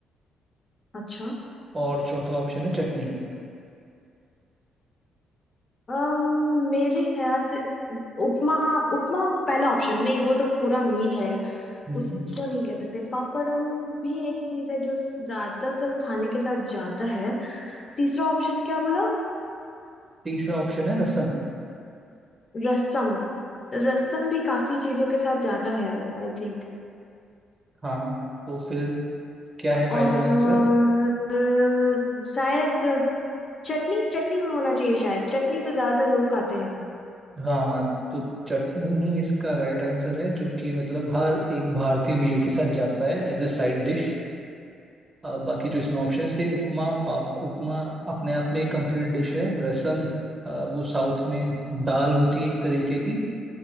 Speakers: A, on the left; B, on the right.
A: अच्छा
B: और चौथा ऑप्शन है चटनी
A: अम्म मेरे ख्याल से उपमा उपमा पहला ऑप्शन नहीं वो तो पूरा मील है
B: हम्म
A: उसको नहीं कह सकते पापड़म भी एक चीज है जो ज्यादातर खाने के साथ जाता है तीसरा ऑप्शन क्या बोला
B: तीसरा ऑप्शन है रसम
A: रसम रसम भी काफी चीजों के साथ जाता है आई थिंक
B: हाँ तो फिर क्या है फाइनल
A: और
B: आंसर
A: अ, शायद चटनी चटनी में होना चाहिए शायद चटनी तो ज्यादातर लोग खाते हैं
B: हाँ तो चटनी ही इसका राइट आंसर है जो कि मतलब हर एक भारतीय मील के साथ जाता है एज ए साइड डिश बाकी जो इसमें ऑप्शंस थे उपमा पाप उपमा अपने आप में एक कंप्लीट डिश है रसम अ, वो साउथ में दाल होती है एक तरीके की